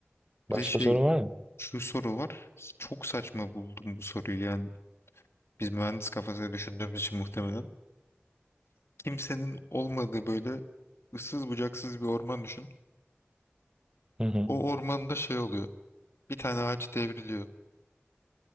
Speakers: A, on the right (about 20°); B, on the left (about 75°).
A: Başka
B: bir de şey
A: sorun var mı?
B: şu soru var. Çok saçma buldum bu soruyu. Yani biz mühendis kafasıyla düşündüğümüz için muhtemelen. Kimsenin olmadığı böyle ıssız bucaksız bir orman düşün.
A: Hı hı.
B: O ormanda şey oluyor. Bir tane ağaç devriliyor